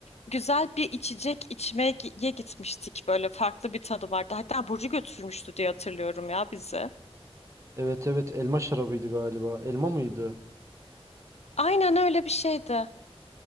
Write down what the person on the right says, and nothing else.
Evet evet elma şarabıydı galiba. Elma mıydı?